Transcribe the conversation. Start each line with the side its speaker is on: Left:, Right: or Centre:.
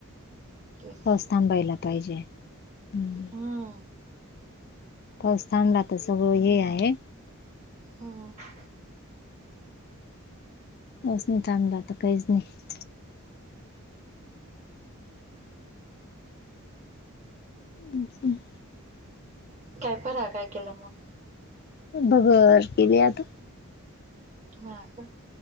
Right: ठीक
Left: पाऊस थांबायला पाहिजे. हम्मं.
Right: हम्म
Left: पाऊस थांबला तरं सगळं हे आहे.
Right: हम्मं.
Left: असंस नाहीं थांमला चांगला तरं कांहींचं नाहीं. हम्मं
Right: कायं फरांळ कायं केलं मंग.
Left: भगर केले आंता.
Right: हां कां